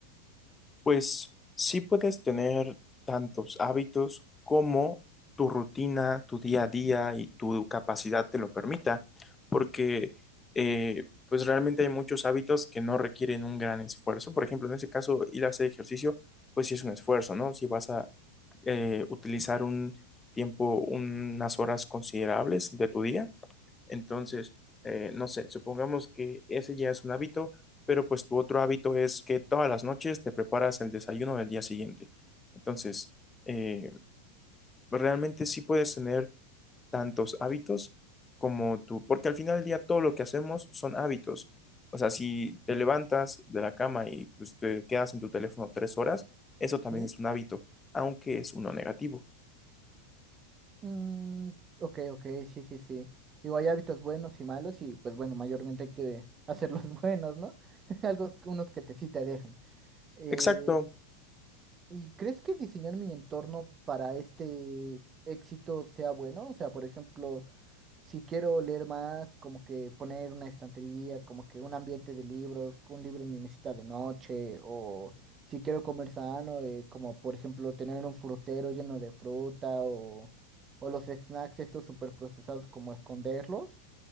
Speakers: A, on the left; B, on the right.
A: Pues sí puedes tener tantos hábitos como tu rutina, tu día a día y tu capacidad te lo permita, porque eh, pues realmente hay muchos hábitos que no requieren un gran esfuerzo. Por ejemplo, en ese caso, ir a hacer ejercicio, pues sí es un esfuerzo, ¿no? Si vas a eh, utilizar un tiempo, unas horas considerables de tu día, entonces, eh, no sé, supongamos que ese ya es un hábito, pero pues tu otro hábito es que todas las noches te preparas el desayuno del día siguiente. Entonces, eh, realmente sí puedes tener tantos hábitos como tú, porque al final del día todo lo que hacemos son hábitos. O sea, si te levantas de la cama y pues, te quedas en tu teléfono tres horas, eso
B: ¿Sí?
A: también es un hábito, aunque es uno negativo.
B: Mm, ok, ok, sí, sí, sí. Digo, hay hábitos buenos y malos y pues bueno, mayormente hay que hacerlos <laughs> buenos, ¿no? <laughs> Algo, unos que te sí te dejen. Eh,
A: Exacto,
B: ¿y crees que diseñar mi entorno para este éxito sea bueno? O sea, por ejemplo... Si quiero leer más, como que poner una estantería, como que un ambiente de libros, un libro en mi mesita de noche, o si quiero comer sano, eh, como por ejemplo tener un frutero lleno de fruta, o, o los snacks estos super procesados, como esconderlos,